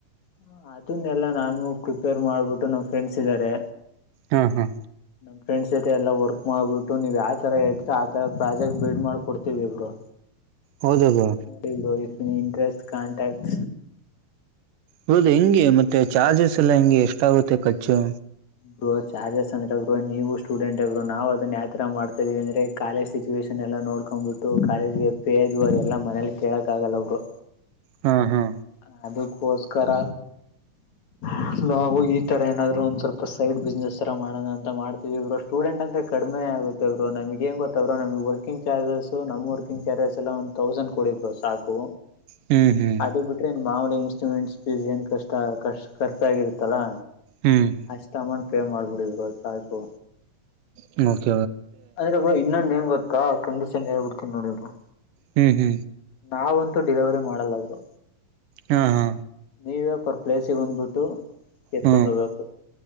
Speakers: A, on the left; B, on the right.
A: ಹ ಅದನ್ನ ಎಲ್ಲಾ ನಾನು ಪ್ರಿಪೇರ್ ಮಾಡ್ಬಿಟ್ಟು ನಮ್ಮ ಫ್ರೆಂಡ್ಸ್ ಇದ್ದಾರೆ
B: ಹಾ ಹಾ
A: ನಮ್ಮ ಫ್ರೆಂಡ್ ಜೊತೆ ಎಲ್ಲ ವರ್ಕ್ ಮಾಡ್ಬಿಟ್ಟು ನೀವ್ ಯಾವ ತರ ಹೇಳತಿರಿ ಆತರ ಪ್ರಾಜೆಕ್ಟ್ ಬಿಡ್ ಮಾಡಿ ಕೊಡ್ತೀವಿ ಬ್ರೋ
B: ಹೌದಾ ಬ್ರೋ
A: ನೋಡಿ ಬ್ರೋ ಇಫ್ ಇಂಟ್ರೆಸ್ಟ್ ಕಾಂಟ್ಯಾಕ್ಟ್ಸ್
B: ಹೌದು ಹೆಂಗೆ ಮತ್ತೆ ಚಾರ್ಜಸ್ ಎಲ್ಲಾ ಹೆಂಗೆ ಎಷ್ಟ ಆಗುತ್ತೆ ಖರ್ಚು
A: ಬ್ರೋ ಚಾರ್ಜಸ ಅಂದ್ರೆ ನೀವು ಸ್ಟೂಡೆಂಟ್ಬ್ರು ನಾವು ಅದನ್ನ ಯಾವ ತರ ಮಾಡತಾ ಇದೀವಿ ಅಂದ್ರೆ ಕಾಲೇಜ್ ಸಿಚುವೇಷನ್ ಎಲ್ಲ ನೋಡ್ಕೊಂಡ್ಬಿಟ್ಟು ಕಾಲೇಜ್ಗೆ ಪೇದವು ಅದೆಲ್ಲಾ ಮನೇಲಿ ಕೇಳಕ್ ಆಗಲ್ಲ ಬ್ರೋ
B: ಹಾ ಹಾ
A: ಹಾ ಅದಕ್ಕೋಸ್ಕರ ಹು ನಾವು ಈ ತರ ಏನಾದ್ರು ಒಂದ್ ಸ್ವಲ್ಪ ಸೈಡ್ ಬಿಸ್ನೆಸ್ ತರ ಮಾಡೋಣ ಅಂತ ಮಾಡ್ತಿದಿವಿ ಸ್ಟೂಡೆಂಟ್ ಅಂದ್ರೆ ದ್ರೆ ಕಡಿಮೆ ಆಗುತ್ತೆ ಅವರು ನಮ್ಗೆ ಏನು ಗೊತ್ತು ಬ್ರೋ ವರ್ಕಿಂಗ್ ಚಾರ್ಜಸ್ ನಮ್ಮ ವರ್ಕಿಂಗ್ ಚಾರ್ಜಸ್ ಎಲ್ಲ ಒಂದ್ಥೌಸಂಡ್ ಕೊಡಿ ಬ್ರೋ ಸಾಕು
B: ಹೂ ಹೂ
A: ಅದು ಬಿಟ್ರೆ ಮಾಮೂಲಿ ಇನ್ಸ್ಟ್ರೂಮೆಂಟ್ಸ್ ಪೀಸ್ ಏನು ಖರ್ಚಾಗಿರುತ್ತಲ್ಲಾ
B: ಹ್ಮ್
A: ಅಷ್ಟ ಅಮೌಂಟ್ ಪೇ ಮಾಡಬಿಡಿ ಬ್ರೋ ಸಾಕು
B: ಹು ನೋಡತೇ
A: ಅಂದ್ರೆ ಬ್ರೋ ಇನ್ನೊಂದು ಹೆಂಗ್ ಗೊತ್ತಾ ಕಂಡಿಸ್ಂದ ಹೇ ಬಿಡ್ತನಿ ನೋಡಿ ಬ್ರೋ
B: ಹೂ ಹೂ
A: ನಾವಂತೂ ಡಿಲಿವರಿ ಮಾಡಲ್ಲ ಬ್ರೋ
B: ಹಾ ಹಾ
A: ನೀವೇ ಪರ ಪ್ಲೇಸಿಗೆ ಹೊಂದ್ಬಿಟ್ಟು ಎತ್ಕೊಂಡ
B: ಹ್ಮ್
A: ಹೋಗ್ಬೇಕು